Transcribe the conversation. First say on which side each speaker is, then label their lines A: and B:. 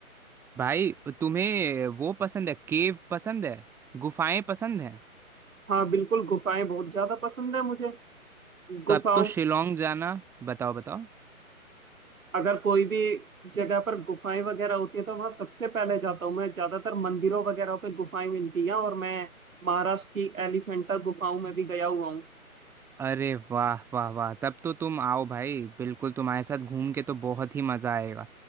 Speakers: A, in the centre; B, on the right.
A: भाई तुम्हें वो पसंद है केव पसंद है गुफाएं पसंद है
B: हाँ बिल्कुल गुफाएं बहुत ज्यादा पसंद है मुझे
A: तब
B: गुफाओं
A: तो शिलोंग जाना बताओ बताओ
B: अगर कोई भी जगह पर गुफाएं वगैरह होती है तो वहां सबसे पहले जाता हूँ मैं ज्यादातर मंदिरों वगैरह पे गुफाएं मिलती हैं और मैं महाराष्ट्र की एलिफेंटा गुफाओं में भी गया हुआ हूँ
A: अरे वाह वाह वाह तब तो तुम आओ भाई बिल्कुल तुम्हारे साथ घूम के तो बहुत ही मज़ा आएगा